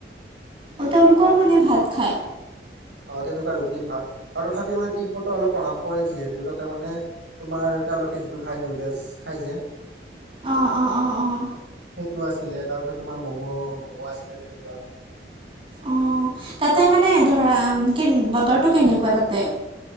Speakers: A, on the right; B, on the right.
A: অ' তেওঁলোকেও মানে ভাত খায়!
B: অ' তেনেকুৱা ৰুটি ভাত। আৰু তথাপিও মানে তিব্বতৰ অলপ প্ৰভাৱ পৰে যিহেতু তাতে মানে তোমাৰ তেওঁলোকে যিটো খাই নুডেলছ খাই যে
A: অ', অ', অ', অ'।
B: সেটো আছিলে তাৰপিছত তোমাৰ ম'ম' ম'ম' আছিলে তেনেকুৱা।
A: অ' তাতে মানে ধৰা কে বতৰটো কেনেকুৱা তাতে?